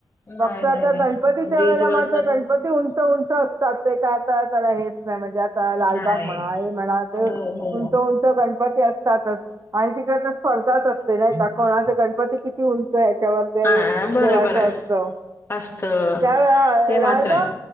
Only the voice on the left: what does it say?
नाही
नाही नाही
ब्रिज
वर न
नाही
हो
हो
हा बरोबर
आहे
असत
ते
मात्र आहे